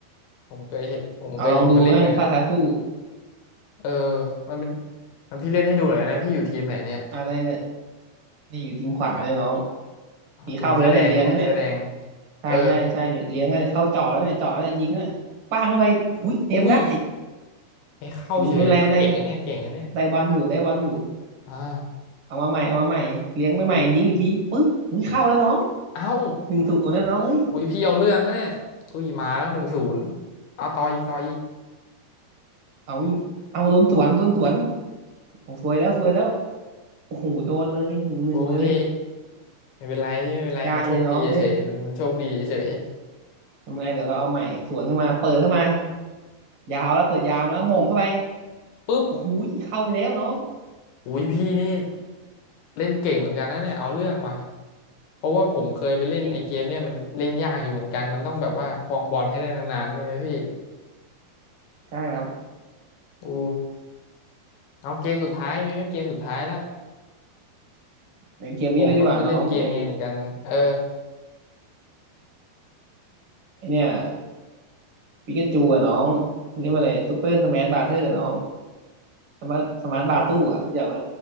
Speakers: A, on the left (about 80°); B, on the right (about 40°).
A: ผมเคยเห็นผมเคยเห็นเขาเล่นกันอ่ะ
B: เอาลองดูไหมฟีฟ่าท้าสู้
A: เออมันเป็นมันพี่เล่นให้ดูหน่อยนะพี่อยู่ทีมไหนเนี่ย
B: อะไรเนี่ยนี่อยู่ทีมขวาเนี่ยน้องมีเข้าไปแล้วเนี่ยเลี้ยงแล้วเนี่ย
A: ทีมเสื้อแดงฮะเสื้อแดง
B: ใช่ใช่ใช่เนี่ยเลี้ยงแล้วเข้าจ่อแล้วเนี่ยจ่อแล้วเนี่ยยิงแล้วเนะป้างเข้าไปหุยเซฟได้
A: เอออุ้ยไม่เข้าเฉยอุ้ยเก่งนะเนี่ยเก่งนะเนี่ย
B: หูยไม่เป็นไรไม่เป็นไรได้บอลอยู่ได้บอลอยู่
A: อ่า
B: เอามาใหม่เอามาใหม่เลี้ยงไปใหม่ยิงอีกทีปุ๊บหุยเข้าแล้วน้อง
A: เอ้า
B: หนึ่งศูนย์แล้วน้องเฮ้ย
A: อุ้ยพี่เอาเรื่องนะเนี่ยอุ้ยมาแล้วหนึ่งศูนย์เอาต่ออีกต่ออีก
B: เอายิงเอาโดนสวนโดนสวนโอ้ซวยแล้วซวยแล้วโอ้โหโดนเลยหนึ่งหนึ่งเลย
A: โอ้ยไม่เป็นไรพี่ไม่เป็นไรมันโชคดีเฉยๆมันมันโชคดีเฉย
B: ยากเลยน้องเอ้ยทำไงเดี๋ยวเราเอาใหม่สวนขึ้นมาเปิดเข้ามายาวแล้วเปิดยาวมาแล้วมงเข้าไป
A: ๆปุ๊บ
B: โอ้โหเข้าไปแล้วน้อง
A: อุ้ยพี่นี่เล่นเก่งเหมือนกันนะเนี่ยเอาเรื่องว่ะเพราะว่าผมเคยไปเล่นไอ้เกมเนี่ยมันเล่นยากอยู่เหมือนกันมันต้องแบบว่าครองบอลให้ได้นานๆใช่ไหมพี่
B: ยิงใช่ครับ
A: อู้เอาเกมสุดท้ายมีไหมเกมสุดท้ายแล้ว
B: ไอเกมนี้เลยดีกว่าน้องไอ
A: ผมไมันจะเล่นเกมยังไงเหมือนกันเออ
B: ไอเนี่ยปิกาจูอะน้องเขาเรียกว่าอะไรซูเปอร์สมาร์ทบาร์เทอร์น้องสมาร์ทสมาร์ทบาร์ตู้อะรู้จักไหม